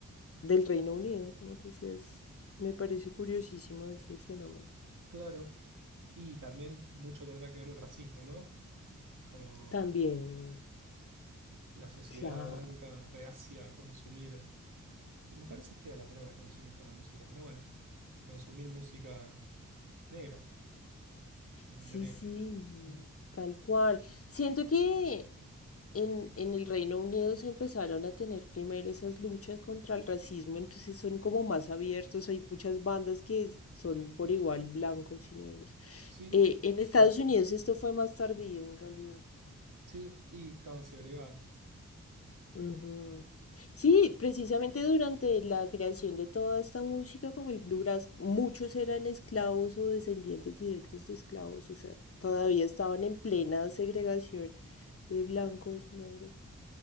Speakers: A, on the left; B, on the right.
A: del Reino Unido, como te decía, es- me parece curiosísimo ese fenómeno.
B: claro. Y también mucho tendrá que ver el racismo, ¿no? Como
A: También,
B: la sociedad
A: claro.
B: blanca reacia a consumir, que me parece fea la palabra consumir para música, pero bueno, a consumir música negra, realmente
A: Sí,
B: negra.
A: sí,
B: Mm,
A: tal cual. Siento que en, en el Reino Unido se empezaron a tener primero esas luchas contra el racismo, entonces son como más abiertos, hay muchas bandas que es- son
B: Sí,
A: por igual blancos y negros.
B: sí,
A: Eh, en Estados
B: sí,
A: Unidos esto fue más tardío en realidad.
B: sí, y estaban segregados,
A: Ujú. Sí, precisamente durante la creación de toda esta música, como el bluegrass, muchos eran esclavos o descendientes directos de esclavos, o sea, todavía estaban en plena segregación de blancos, negros,